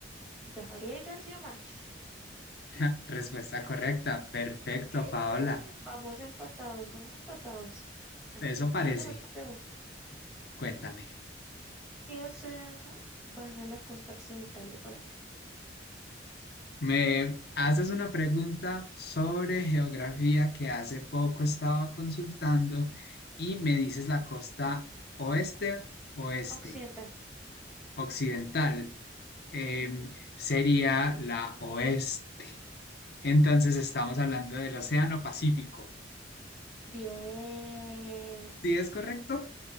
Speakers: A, in the centre; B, on the left.
A: Gabriel García Márquez.
B: <laughs> Respuesta correcta. Perfecto,
A: Bien,
B: Paola.
A: vamos empatados, vamos empatados. Bueno,
B: Eso
A: te
B: parece.
A: voy a hacer otra pregunta.
B: Cuéntame.
A: ¿Qué océano baña la costa occidental de Colombia?
B: Me haces una pregunta sobre geografía que hace poco estaba consultando y me dices la costa oeste, oeste,
A: Occidental.
B: occidental, em,
A: Sí.
B: sería la oeste. Entonces estamos hablando del Océano Pacífico.
A: Bien.
B: ¿Sí es correcto?